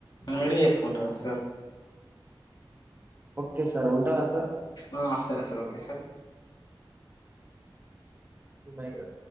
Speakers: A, on the left; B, on the right.
A: మీరే చేసుకుంటారు సార్
B: ఓకే సార్ ఉంటానా సార్
A: ఆ సరే సార్ ఓకే సార్
B: న్నా